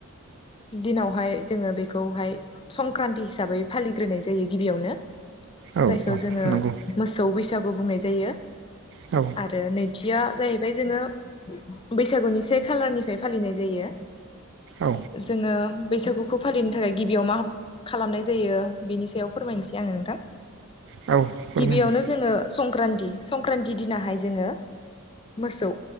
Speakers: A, on the left; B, on the right.
A: दिनावहाय जोङो बेखौहाय संक्रान्ति हिसाबै फालिग्रोनाय जायो गिबियावनो
B: औ
A: जायखौ
B: औ
A: जोङो
B: नंगौ
A: मोसौ बैसागु बुंनाय जायो
B: औ
A: आरो नैथिया जाहैबाय जोङो बैसागुनि से खालारनिफ्राय फालिनाय जायो।
B: औ
A: जोङो बैसागुखौ फालिनो थाखाय गिबियाव मा खालामनाय जायो बिनि सायाव फोरमायनोसै आङो नोंथां
B: औ फोरमायगोन
A: गिबियावनो जोङो संक्रान्ति संक्रान्ति दिनाहाय जोङो मोसौ